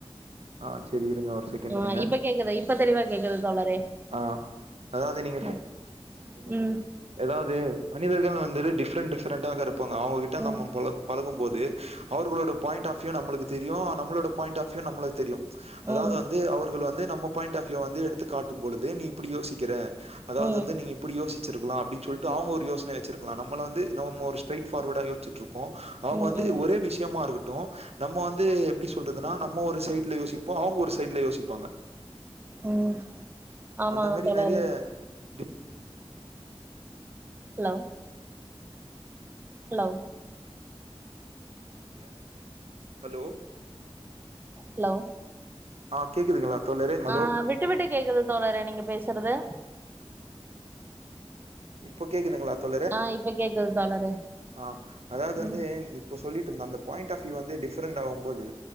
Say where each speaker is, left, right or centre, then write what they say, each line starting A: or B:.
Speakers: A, on the right; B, on the right.
A: ஆ செரி இருங்க ஒரு செகெண்டிருங்க
B: ஆ இப்ப கேக்குது இப்ப தெளிவா கேக்குது தோழரே
A: ஆஹ் அதாவது நீங்க
B: ம்
A: தோழரே
B: ம்
A: எதாவது மனிதர்கள் வந்துரு டிஃப்ரன்டிஃப் ஃபரடாக்குறப் பாங்க அவுங்ககிட்ட
B: ம்
A: நம்மம் பழகு பழகும் போது து அவர்களோட பாயிண்ட் ஆஃப் வியூ நம்மளுக்கு தெரியு நம்மளோட பாயிண்ட் ஆஃப் வியூ நம்மளுக் தெரியும் அதாவது
B: ம்
A: வந்து அவர்கள் வந் து நம்ம பாயிண்ட் ஆப் வியூ வந்து எடுத்து காட்டும்பொழுது நீ அப்பிடி யோசிக்கிற அதாவது
B: ம்
A: வந்து
B: ம்
A: நீங்க இப்பிடி யோசிக் வச்சிருக்கலா அப்படின் சொல்ட்டு அவுங்க ஒரு யோசனய வச்சிரு கலா நம்மள வந்து நம்ம ஒரு ஸ்ட்ரைட் ஃபார்வேடா யோசிச்சிட்ருப் போ அவுங்க
B: ம்
A: வந்து ஒரே விஷயமா இருக்கட் டு நம்ம வந்து எப்டி சொல்றதுன்னா நம்ம ஒரு சைடு யோசிப்போ அவுங்க ஒரு சைடுல யோசிப்பாங்க
B: ம் ஆமா
A: அந்த மாரி
B: தோழரே
A: நெறைய டி
B: ஹலோ ஹலோ
A: <unintelligible> ஹலோ
B: ஹலோ
A: ஆ கேக்குதுங்களா தோழரே? ஹலோ.
B: ஆ விட்டு விட்டு கேக்குது தோழரே நீங்க பேசுறது
A: இப்ப கேக்குதுங்களா தோழரே
B: ஆ இப்ப கேக்குது தோழரே
A: ஆ அதாவது வந்து
B: ம்
A: இப்போ சொல்லிட்டு இருந்த அந்த பாயிண்ட் ஆஃப் இது வந்து டிஃபரென்ட் ஆவும்போது